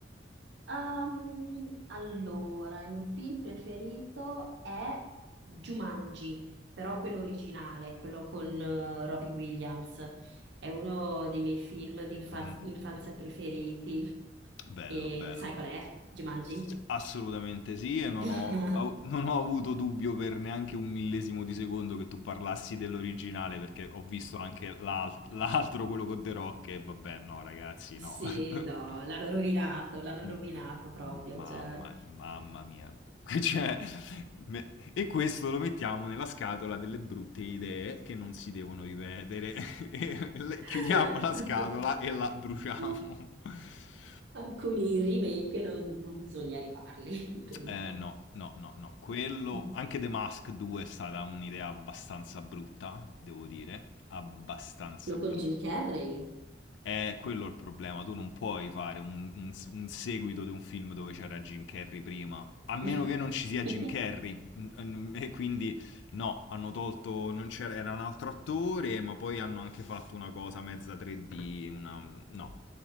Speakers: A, on the right; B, on the left.
A: Ehm, allora, il mio film preferito è Jumanji, però quello originale, quello con eh, Robbie Williams. È uno dei miei film di infar-
B: <laughs>
A: infanzia preferiti.
B: Bello,
A: E
B: bello.
A: sai qual è? Jumanji?
B: S- Assolutamente sì, e non
A: <laughs>
B: ho, au- non ho avuto dubbio per neanche un millesimo di secondo che tu parlassi dell'originale, perché ho visto anche l'al- l'altro, quello con The Rock, e vabbè, no, ragazzi,
A: Sì,
B: no. <laughs>
A: no, l'hanno rovinato, l'hanno
B: Mm,
A: rovinato proprio,
B: mm, Mamma,
A: cioè.
B: mamma mia. <laughs> Cioè, me- e questo lo mettiamo nella scatola delle brutte idee che non si devono ripetere. <laughs> E le-
A: <laughs>
B: Chiudiamo la scatola e la bruciamo.
A: <laughs>
B: <laughs>
A: Alcuni remake non, non bisogna rifarli, <laughs> appunto.
B: Eh, no, no, no, no. Quello,
A: Quello
B: anche The Mask 2 è stata un'idea abbastanza brutta, devo dire, abbastanza brutta.
A: con Jim Carrey.
B: È quello il problema, tu non puoi fare un, un- un seguito di un film dove c'era Jim Carrey prima, a meno
A: <laughs>
B: che non ci sia Jim Carrey. Mm, E quindi no, hanno tolto, non c'era, era un altro attore, ma poi hanno anche fatto una cosa mezza 3D, una... No, no,